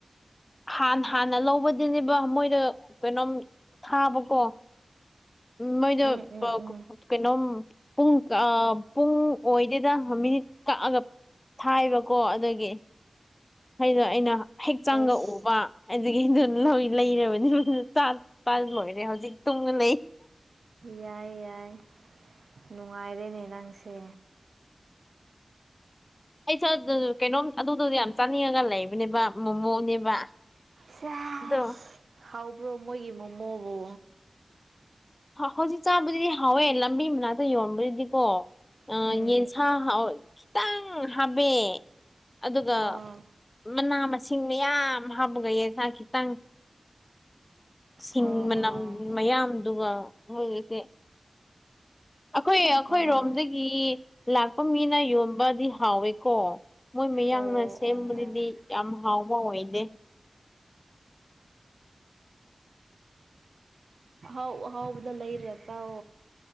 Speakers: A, on the left; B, on the right.
A: ꯍꯥꯟ ꯍꯥꯟꯅ ꯂꯧꯕꯗꯨꯅꯦꯕ ꯃꯣꯏꯗ ꯀꯩꯅꯣꯝ ꯊꯥꯕꯀꯣ ꯃꯣꯏꯗꯣ
B: ꯎꯝ ꯎꯝ ꯎꯝ
A: ꯀꯩꯅꯣꯝ ꯄꯨꯡ ꯄꯨꯡ ꯑꯣꯏꯗꯦꯗ ꯃꯤꯅꯤꯠ ꯀꯛꯑꯒ ꯊꯥꯏꯕꯀꯣ ꯑꯗꯒꯤ ꯑꯩꯅꯣ ꯑꯩꯅ ꯍꯛꯆꯥꯡꯒ
B: ꯑꯩꯁ
A: ꯎꯕ ꯑꯗꯨꯒꯤꯗ ꯂꯩꯔꯕꯅꯤ ꯆꯥ ꯄꯜ ꯂꯣꯏꯔꯦ ꯍꯧꯖꯤꯛ ꯇꯨꯡꯅ ꯂꯩ
B: ꯌꯥꯏ ꯌꯥꯏ ꯅꯨꯡꯉꯥꯏꯔꯦꯅꯦ ꯅꯪꯁꯦ
A: ꯑꯩꯁꯨꯦ ꯑꯗꯨ ꯀꯩꯅꯣꯝ ꯑꯗꯨꯗꯨꯗꯤ ꯌꯥꯝ ꯆꯥꯅꯤꯡꯉꯒ ꯂꯩꯕꯅꯦꯕ ꯃꯣꯃꯣꯅꯦꯕ
B: ꯁꯦꯁ
A: ꯑꯗꯣ
B: ꯍꯥꯎꯕ꯭ꯔꯣ ꯃꯣꯏꯒꯤ ꯃꯣꯃꯣꯕꯨ
A: ꯍꯧꯖꯤꯛ ꯆꯥꯕꯗꯨꯗꯤ ꯍꯥꯎꯋꯦ ꯂꯝꯕꯤ ꯃꯅꯥꯛꯇ ꯌꯣꯟꯕꯗꯨꯗꯤꯀꯣ ꯑ
B: ꯎꯝ
A: ꯌꯦꯟꯁꯥ ꯈꯤꯇꯪ ꯍꯥꯞꯄ ꯑꯗꯨꯒ
B: ꯑꯥ
A: ꯃꯅꯥ ꯃꯁꯤꯡ ꯃꯌꯥꯝ ꯍꯥꯞꯄꯒ ꯌꯦꯁ ꯈꯤꯇꯪ ꯁꯤꯡ
B: ꯑꯣ
A: ꯃꯅꯝ
B: ꯑꯣ
A: ꯃꯌꯥꯝꯗꯨꯒ ꯃꯣꯏꯒꯤꯁꯦ ꯑꯩꯈꯣꯏ ꯑꯩꯈꯣꯏꯔꯣꯝꯗꯒꯤ
B: ꯑꯣ ꯑꯣ
A: ꯂꯥꯛꯄ ꯃꯤꯅ ꯌꯣꯟꯕꯗꯤ ꯍꯥꯎꯋꯦꯀꯣ ꯃꯣꯏ ꯃꯌꯥꯡꯅ
B: ꯑꯣ
A: ꯁꯦꯝꯕꯗꯨꯗꯤ
B: ꯑꯣ ꯑꯣ
A: ꯌꯥꯝ ꯍꯥꯎꯕ ꯑꯣꯏꯗꯦ
B: ꯥꯎ ꯍꯥꯎꯕꯗ ꯂꯩꯔꯦ ꯆꯥꯛ